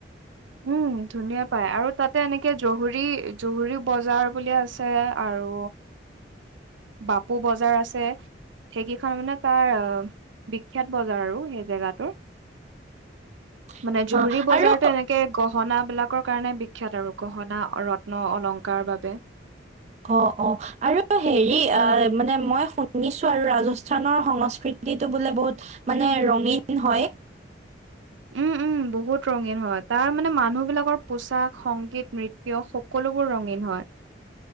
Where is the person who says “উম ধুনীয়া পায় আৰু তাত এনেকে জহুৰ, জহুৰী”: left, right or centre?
Right